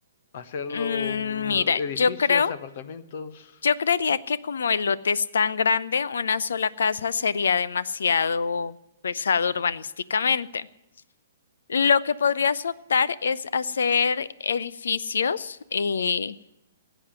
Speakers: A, on the left (about 45°); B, on the left (about 65°).
A: ¿Hacerlo
B: Mm,
A: un-
B: mira,
A: edificios,
B: yo creo,
A: apartamentos?
B: yo creería que como el lote es tan grande, una sola casa sería demasiado pesado urbanísticamente. Lo que podrías optar es hacer edificios, eh,